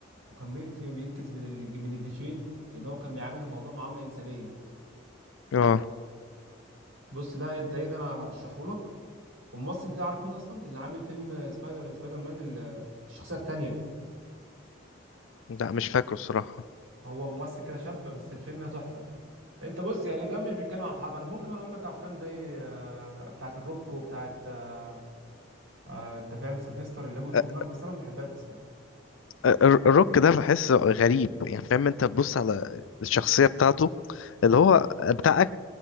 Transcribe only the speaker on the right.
وكان بينت- بينقذ من الج- من الجيشين لان هو كان بيعامل الموضوع معامله انسانيه
بص ده انت ايه ده انا ارشحه لك والممثل بتعرف مين اصلا اللي عامل فيلم سبايدر سبايدر مان ال- الشخصيه التانيه
هو ممثل كده شاب بس الفيلم ده تحفه انت بص يعني ده مش بيتكلم عن الحرب انا ممكن اقول لك افلام زي آه، بتاعه الروك وبتاعه آه، آه، انت فاهم سيلفستر اللي هم فيهم
ضرب بس انا ما بحبهاش اصلا